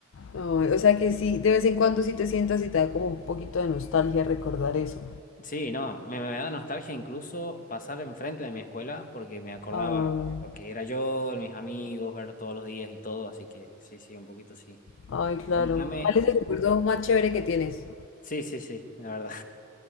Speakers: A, on the left; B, on the left.
A: Ay, o sea que sí, de vez en cuando sí te sientas y te da como un poquito de nostalgia recordar eso.
B: Sí, no, me, me da nostalgia incluso pasar enfrente de mi escuela porque me acordaba
A: Ay,
B: lo que era yo, mis amigos, verlos todos los días y todo, así que sí, sí, un poquito sí.
A: ay, claro.
B: Contame,
A: ¿Cuál es el recuerdo más chévere que tienes?
B: sí, sí, sí, la verdad.